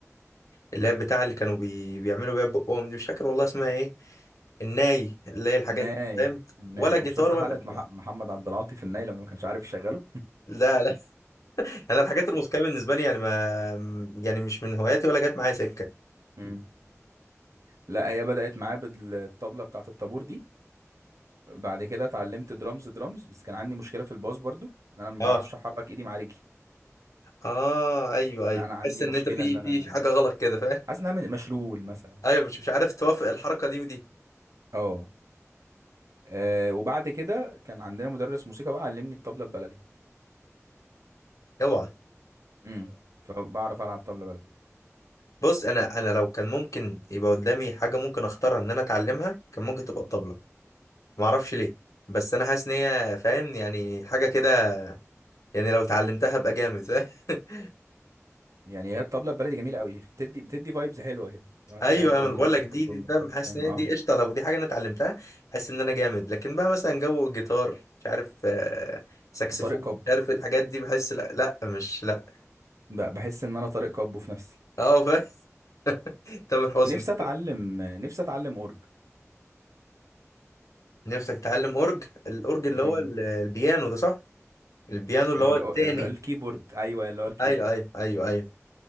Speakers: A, on the left; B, on the right.
A: اللي هي بتاع اللي كانوا بي... بيعملوا بيها بقهم دي مش فاكر والله اسمها ايه الناي اللي هي الحاجات
B: الناي
A: دي فاهم
B: الناي
A: ولا جيتار
B: شفت
A: ولا
B: حلقه مح... محمد عبد العاطي في الناي لما ما كانش عارف يشغله
A: لا لا <laughs> انا الحاجات الموسيقية بالنسبة لي يعني ما يعني مش من هواياتي ولا جت معايا سكة
B: <laughs> مم. لا هي بدات معايا بالطبله بتاعه الطابور دي بعد كده اتعلمت درامز درامز بس كان عندي مشكله في الباص برضو ان انا ما
A: اه
B: بعرفش احرك ايدي مع رجلي
A: اه ايوه
B: يعني
A: ايوه
B: انا عندي
A: تحس ان
B: مشكله
A: انت في
B: ان انا
A: في حاجة غلط كده فاهم
B: حاسس ان انا مشلول مثلا
A: ايوه مش مش عارف توافق الحركة دي ودي
B: اه آه وبعد كده كان عندنا مدرس موسيقى بقى علمني الطبلة البلدي
A: اوعى
B: امم فبعرف العب طبلة بلدي
A: بص انا انا لو كان ممكن يبقى قدامي حاجه ممكن اختارها ان انا اتعلمها كان ممكن تبقى الطبله ما اعرفش ليه بس انا حاسس ان هي فاهم يعني حاجه كده يعني لو اتعلمتها ابقى جامد فاهم <laughs>
B: يعني هي الطبلة البلدي جميلة قوي بتدي بتدي فايبز حلوة كده لو انت
A: ايوه
B: قاعد دم
A: انا بقول
B: التك
A: لك دي
B: دم
A: دي
B: التك
A: فاهم حاسس
B: فاهم
A: ان هي
B: اه
A: دي قشطه لو دي حاجه انا اتعلمتها حاسس ان انا جامد لكن بقى مثلا جو الجيتار مش عارف آه، ساكسفون
B: طارق كابو
A: مش عارف إيه الحاجات دي بحس لا لا مش لا
B: ب- بحس ان انا طارق كابو في نفسي
A: اه فاهم <laughs> تامر حسني
B: نفسي اتعلم نفسي اتعلم اورج
A: نفسك تتعلم اورج الاورج اللي
B: امم
A: هو ال- البيانو ده صح البيانو اللي هو
B: ال...
A: التاني
B: ال... الكيبورد ايوه اللي هو الكيبورد
A: ايوه ايوه ايوه ايوه